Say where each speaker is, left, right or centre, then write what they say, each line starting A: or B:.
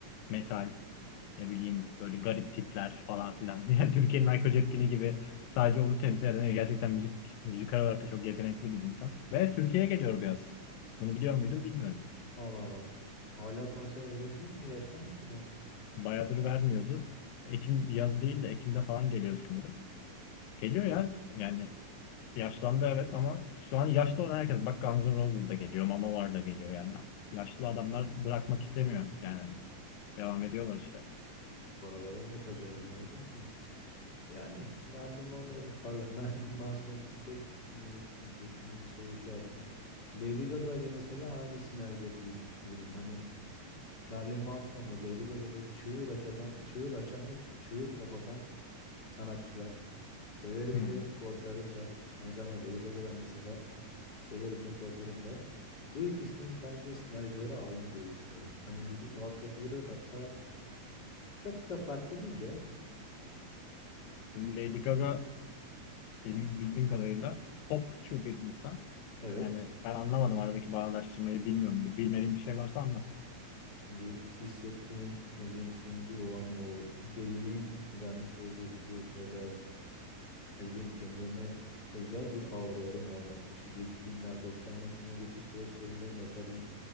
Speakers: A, on the left (about 85°); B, on the left (about 35°).
A: metal, ne bileyim böyle garip tipler falan filan. <laughs> Yani Türkiye'nin Ayko Cepkini gibi sadece onu temsil eden değil. gerçekten müzik müzikal olarak da çok yetenekli bir insan. Ve Türkiye'ye geliyor biraz. Bunu biliyor muydun bilmiyorum.
B: Allah Allah. Hala konser verebiliyor mu? Yaşlanmadı mı?
A: Bayağıdır vermiyordu. Ekim yaz değil de Ekim'de falan geliyor sanırım. Geliyor ya. Yani yaşlandı evet ama şu an yaşlı olan herkes bak Guns N' Roses da geliyor, Manowar da geliyor yani. Yaşlı adamlar bırakmak istemiyor yani. Devam ediyorlar işlerine.
B: Paralarım yok acaba bilemedim kim? Yani Marilyn Monroe, pardon <laughs> Marilyn Manson'a gitsek mi gitmesek mi bir soru işareti. Lady Gaga ile mesela aynı sinerji ettiği düşünüyorum. Hani Marilyn Manson'da Lady Gaga'da çığır açatan, çığır açan ve çığır kapatan sanatçılar. Severim
A: Hı hı.
B: de korkarım da. Aynı zamanda Lady Gaga'dan mesela severim de korkarım da. Bu ikisinin bence sinerjileri aynı diye düşünüyorum. Hani müzik altyapıları hatta çok da farklı değil ya.
A: Şimdi Lady Gaga benim bildiğim kadarıyla popçu bir insan.
B: Evet.
A: Yani ben anlamadım aradaki bağdaştırmayı bilmiyorum. Bir Bilmediğim bir şey varsa anlat.
B: Şimdi hissettiğin ne bileyim sunduğu o hani o deliliğin vermiş olduğu huzur ya da ne bileyim kendilerine özel bir auraların olması. Şimdi 2000'ler 90'lar 2000'e geçiş süreçlerinde metalin